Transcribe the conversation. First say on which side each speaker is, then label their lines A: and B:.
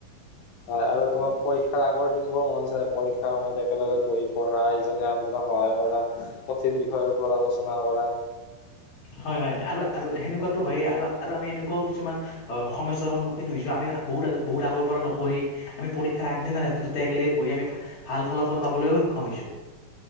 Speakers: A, on the left; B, on the left.
A: হয় আৰু তোমাৰ পৰীক্ষাৰ আগৰ দিন বোৰ মন আছে নে, পৰীক্ষাৰ সময়ত একেলগে বহি পঢ়া ইনজনে আনজক সহায় কৰা, কঠিন বিষয়ৰ ওপৰত আলোচনা কৰা।
B: হয় হয়, আৰু আ, ৰু সেনেকুৱাতো হয়েই আৰু আৰু আমি এনেকুৱাও কিছুমান অ', সমস্যাৰ সন্মুখীন হৈছো, আমি বহুত, বহুত আগৰ পৰা নপঢ়ি আমি পৰীক্ষাৰ আগদিনা ৰাতি দুটাই একেলগে পঢ়ি, আমি ভাল ফলাফল পাবলৈও সক্ষম হৈছোঁ।